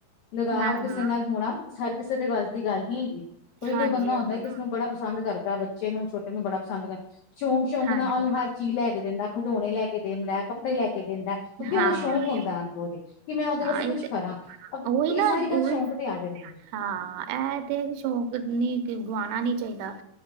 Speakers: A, on the left (about 80°); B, on the right (about 80°).
A: ਲਗਾਵ
B: ਹਾਂਜੀ
A: ਕਿਸੇ ਨਾਲ ਹੋਣਾ, ਹਰ ਕਿਸੇ ਦੇ ਗੱਸ ਦੀ ਗੱਲ ਨਹੀਂ ਹੈਗੀ। ਕੋਈ-ਕੋਈ
B: ਹਾਂਜੀ
A: ਬੰਦਾ
B: ਹਾਂਜੀ
A: ਹੁੰਦਾ ਕਿਸਨੁੰ ਬੜਾ ਪਸੰਦ ਕਰਦਾ, ਬੱਚੇ ਨੂੰ ਛੋਟੇ ਨੂੰ, ਬੜਾ ਪਸੰਦ ਸ਼ੌਂਕ-ਸ਼ੌਂਕ
B: ਹਾਂਜੀ
A: ਨਾਲ ਹਰ ਚੀਜ਼ ਲੈਕੇ ਦਿੰਦਾ, ਖਡੋਣੇ ਲੈਕੇ ਦਿੰਦਾ ਕੱਪੜੇ ਲੈ ਕੇ ਦੀਦਾ, ਕਿਉਂਕਿ
B: ਹਾਂ
A: ਉਹਨੂੰ ਸ਼ੌਂਕ ਹੁੰਦਾ ਅੰਦਰੋ ਦੀ, ਕੀ ਮੈਂ ਉਹਦੇ
B: ਹਾਂ
A: ਵਾਸਤੇ
B: ਇਹ
A: ਕੁੱਛ
B: ਤੇ
A: ਕਰਾਂ। ਅਰ,
B: ਉਹੀ
A: ਇਹ
B: ਨਾ
A: ਸਾਰੀ ਗੱਲ
B: ਉਹੀ
A: ਸ਼ੌਂਕ ਤੇ ਆ ਜਾਂਦੀ ਹੈ
B: ਹਾਂ, ਇਹ ਤੇ ਸ਼ੌਕ ਨੀ ਗਾਉਣਾ ਨੀ ਚਾਹੀਦਾ।